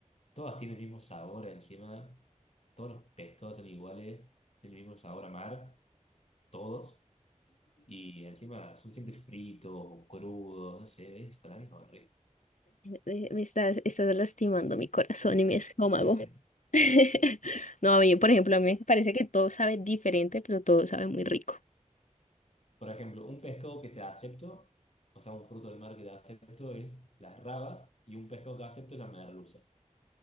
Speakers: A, on the left; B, on the left.
A: Todas tienen el mismo sabor encima. Todos los pescados son iguales. Tienen el mismo sabor a mar. Todos. Y encima son siempre fritos o crudos. No sé, es para mí es horrible.
B: eh, me estás, estás lastimando mi corazón y mi estómago.
A: <laughs>
B: <laughs> No, a mí, por ejemplo, a mí me parece que todo sabe diferente, pero todo sabe muy rico.
A: Por ejemplo, un pescado que te acepto, o sea, un fruto del mar que te acepto es las rabas y un pescado que acepto es la merluza.